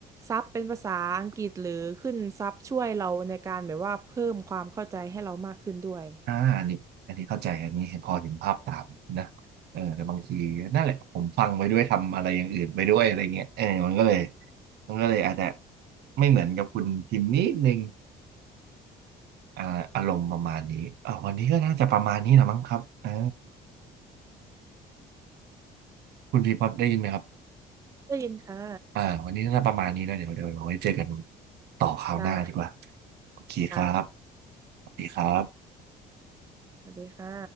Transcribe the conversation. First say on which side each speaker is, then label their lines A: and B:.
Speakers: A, on the right; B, on the right.
A: ซับเป็นภาษาอังกฤษหรือขึ้นซับช่วยเราในการแบบว่าเพิ่มความเข้าใจให้เรามากขึ้นด้วย
B: อ่าอันนี้อันนี้เข้าใจอันนี้พอเห็นภาพตามนะเออแต่บางทีนั่นแหละผมฟังไปด้วยทำอะไรอย่างอื่นไปด้วยอะไรเงี้ยเออมันก็เลยมันก็เลยอาจจะไม่เหมือนกับคุณพิมพ์นิดนึงอ่าอารมณ์ประมาณนี้อ่าวันนี้ก็น่าจะประมาณนี้แหละมั้งครับเอ่า คุณพีพอได้ยินไหมครับ
A: ได้ยินค่ะ
B: อ่าวันนี้น่าจะประมาณนี้นะเดี๋ยวเดี๋ยวเดี๋ยวไว้เจอกันต่อคราวหน้าดีกว่า
A: ได้
B: โอเคครับ
A: ค่ะ
B: สวัสดีครับ
A: สวัสดีค่ะ